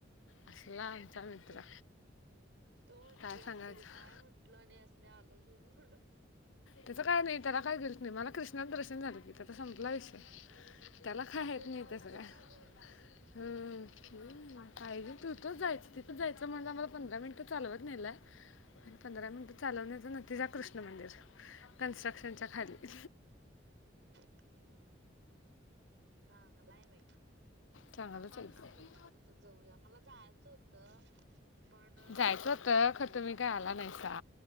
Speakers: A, on the left (about 85°); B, on the right (about 70°).
A: असला आमचा मित्र.
B: ह तो म्हटला
A: काय सांगायचं
B: असल, काय म्हंटलो आणि ह्यासनी आलो घिऊन म्हणून.
A: त्याचं काय नाही, त्याला काय गिल्ट नाही, मला क्रि दरशन झालं की त्याचा संपला विषय, त्याला कायेत
B: तो
A: नाही
B: खुश
A: त्याच काय,
B: होता ग
A: हम्म पाहिजे तिथंच जायचं तिथंच जायचं म्हणून आम्हाला पंधरा मिनिटं चालवत नेलाय पंधरा मिनिट चालवण्याचा नतीजा कृष्ण मंदिर, कन्स्ट्रक्शनच्या खाली.
B: ह्म चांगलं आहे बाई,
A: चांगलंच
B: आपण
A: ऐकलं
B: पण कधीतर जाऊया, मला जायचं होतं पण
A: जायचं
B: कनी
A: होतं
B: जरा
A: खरं तुम्ही काय आला नाही का